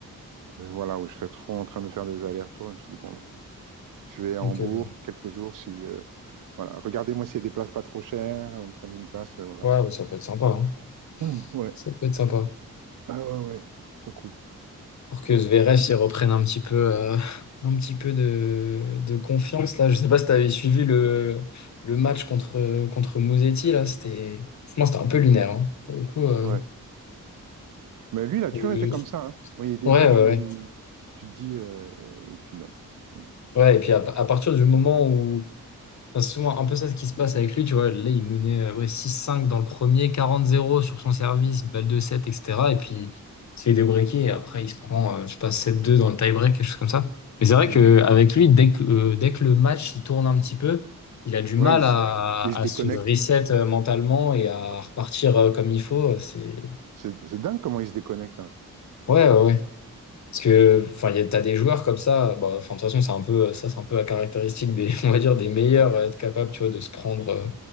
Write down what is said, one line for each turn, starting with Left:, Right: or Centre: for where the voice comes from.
Right: voilà, où je serais trop en train de faire des allers-retours. Je me suis dit, bon, je vais à
Left: Ok,
Right: Hambourg
Left: ok.
Right: quelques jours. Si, euh, voilà. Regardez-moi s'il y a des places pas trop chères. euh, Prenez une place, euh, voilà.
Left: Ouais, ouais, ça peut être sympa. hein.
Right: Hum, ouais,
Left: Ça peut être sympa.
Right: ah ouais, ouais. Trop cool.
Left: Pour que Zverev il reprenne un petit peu, euh, <laughs> un petit peu de, de confiance là. Je sais pas si tu avais suivi le, le match contre, contre Musetti là. C'était, franchement, c'était un peu
Right: Hum,
Left: lunaire. hein. Pour le coup, euh,
Right: Ouais. Mais lui, il a toujours
Left: euh,
Right: été comme ça. hein. Moi, il y a des
Left: ouais,
Right: matchs
Left: ouais,
Right: où
Left: ouais.
Right: tu te dis, euh, et puis non. Hum,
Left: Ouais, et puis à, à partir du moment où Enfin, c'est souvent un peu ça ce qui se passe avec lui, tu vois. Là, il menait euh, ouais, six cinq dans le premier, quarante zéro sur son service, balle de 7, etc. Et puis, il se fait et après, il se prend, euh, je sais pas, sept deux dans le tie-break, quelque chose comme ça. Mais c'est vrai
Right: hum.
Left: qu'avec lui, dès que, euh, dès que le match il tourne un petit peu, il a du mal
Right: Ouais, il
Left: à,
Right: se, il
Left: à
Right: se déconnecte.
Left: se reset euh, mentalement et à
Right: Ouais.
Left: repartir euh, comme il faut. C'est...
Right: C'est c'est dingue comment il se déconnecte. hein.
Left: Ouais, ouais, ouais. Parce que, enfin, il y a- t'as des joueurs comme ça, bah, enfin, de toute façon, c'est un peu, ça, c'est un peu la caractéristique des, <laughs> on va dire, des meilleurs, à être capable, tu vois, de se prendre. euh,